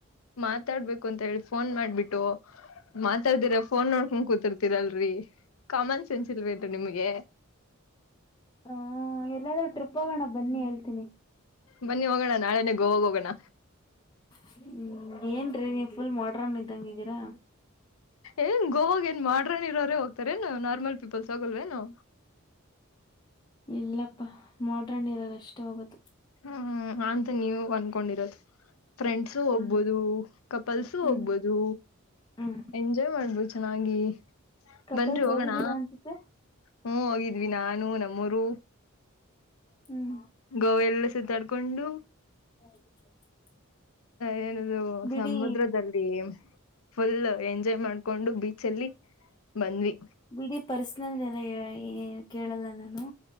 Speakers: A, on the left (about 80°); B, on the left (about 20°).
A: ಮಾತಾಡ್ಬೇಕು ಅಂತ ಹೇಳಿ ಫೋನ್ ಮಾಡ್ಬಿಟ್ಟು ಮಾತಾಡ್ದಿರ ಫೋನ್ ನೋಡ್ಕೊಂಡ ಕೂತಿರ್ ತ್ತಿಲ್ರರಿ ಕಾಮನ್ ಸೆನ್ಸ್ ಇಲ್ವೇನ್ರಿ ನಿಮ್ಗೆ
B: ಹ್ಮ ಎಲ್ಲಾದೂಎ ಟ್ರಿಪ್ ಹೋಗೋಣ ಬನ್ನಿ ಹೇಳ್ತೀನಿ.
A: ಬನ್ನಿ ಹೋಗೋಣ ನಾಳೆನೆ ಗೋವಾಗೆ ಹೋಗೋಣ.
B: ಹ್ಮ್ ಏನ್ರೀ ನೀವ್ ಫುಲ್ ಮಾಡ್ರನ್ ಇದ್ದಂಗಿದ್ದೀರಾ.
A: ಏನ್ ಗೋವಾಗೆ ಏನ್ ಮಾಡ್ರನ್ ಇರೋರೆೇ ಹೋಗ್ತಾರ ಏನ್ ನಾರ್ಮಲ್ ಪೀಪಲ್ಸ್ ಹೋಗಲ್ವೆನೂ.
B: ಇಲ್ಲಪ್ಪ ಮಾಡ್ರನ್ ಇರೋರೊ ಅಷ್ಟೇ ಹೋಗೋದು.
A: ಹ್ಮ ಅಂತ ನೀವು ಅನ್ಕೊಂಡಿರೋದು. ಫ್ರೆಂಡ್ಸು ಹೋಗ್ಬೋದು
B: ಹ್ಮ್
A: ಕಪಲ್ಸು
B: ಹ್ಮ್
A: ಹೋಗ್ಬೋದು.
B: ಹ್ಮ್
A: ಎಂಜಾಯ್ ಮಾಡ್ಬೋದು ಚೆನ್ನಾಗಿ
B: ಕಪಲ್ಸ್
A: ಬನ್ರಿ ಹೋಗೋಣ.
B: ಹೋಗಿದ್ದೀರಾ ಅನ್ಸುತ್ತೆ
A: ಹ್ಮ್ ಹೋಗಿದ್ವಿ ನಾನು ನಮ್ಮೋರು.
B: ಹ್ಮ್
A: ಗೋವ ಎಲ್ಲಾ ಸುತ್ತಾಡ್ಕೊಂಡು.
B: <inaudible>
A: ಏನದು
B: ಬಿಡಿ
A: ಸಮುದ್ರದಂಡಿಗೆನ್ ಫುಲ್ ಎಂಜಾಯ್ ಮಾಡ್ಕೊಂಡು ಬೀಚಲ್ಲಿ ಬಂದ್ವಿ.
B: ಬಿಡೀ ಪರ್ಸನಲ್ ಎಲ್ಲಾ ಏನ್ ಕೇಳಲ್ಲ ನಾನು